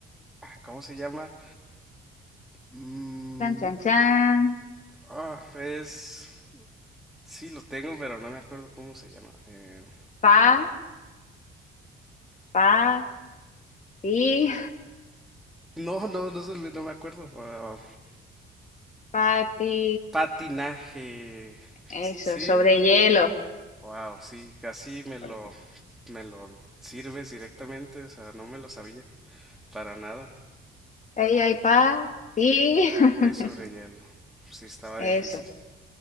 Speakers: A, in the centre; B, on the left.
A: ¿cómo se llama? Mm,
B: Chan, chan, chan.
A: ah, es Sí, lo tengo, pero no me acuerdo cómo se llama. Eh,
B: Pa, pa, ti,
A: no, no, no, se me- no me acuerdo. Ah,
B: <laughs> pa, ti.
A: patinaje.
B: Eso,
A: Sí,
B: sobre hielo.
A: wow, sí, casi me lo,
B: Porque
A: me lo sirves directamente, o sea, no me lo sabía para nada.
B: Ahí hay pa, ti.
A: Traje
B: <laughs>
A: sobre hielo. Sí, estaba difícil.
B: Eso,